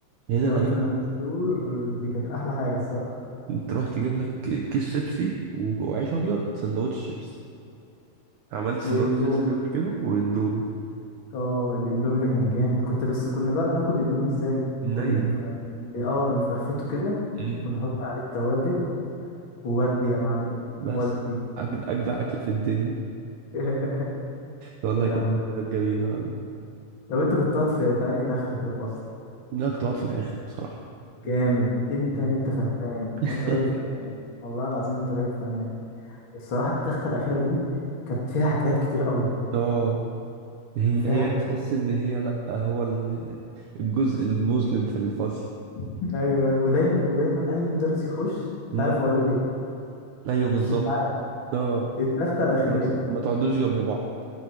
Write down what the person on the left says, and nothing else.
تنط
من على السور دي كانت احلى حاجه الصراحه
واندومي
اه الاندومي ده كان جامد كنت بس كنا بقى بناكل الاندومي ازاي كنا
بنف... ب- اه بنفرفته كده
ونحط عليه التوابل وودي يا معلم
ودي
<laughs>
يا لهوي
لو انت كنت قاعد في في انهي تخته في الفصل
جامد انت
انت فهمان
انت راجل فهمان والله العظيم انت راجل فهمان الصراحه التخته الاخيره دي كانت فيها حكايات كتير قوي
كان فيها
حكايات
<laughs> ايوه ايوه ودايما ودايما اي مدرس يخش انت
عارف هو هيقول ايه
انت عارف
التخته الاخيره